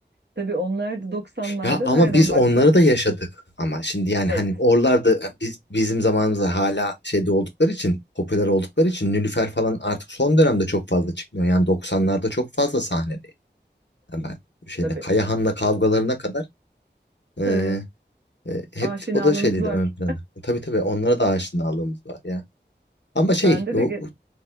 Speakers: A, on the right (about 65°); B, on the left (about 70°).
A: Tabii onlar da doksanlarda
B: Ya ama
A: nereden
B: biz onları
A: baksan
B: da yaşadık. Ama şimdi yani
A: evet.
B: hani oralarda e, biz, bizim zamanımızda hala şeyde oldukları için popüler oldukları için Nilüfer falan artık son dönemde çok fazla çıkmıyor. Yani 90'larda çok fazla sahnedeydi. Yani ben şeyde
A: Tabii,
B: Kayahan'la kavgalarına kadar
A: tabii.
B: e, e, hep
A: Aşinalığımız
B: o da şeydi
A: var.
B: ön planda. E, Tabii tabii onlara da aşinalığımız var ya. Ama şey
A: Bende
B: o
A: de ge-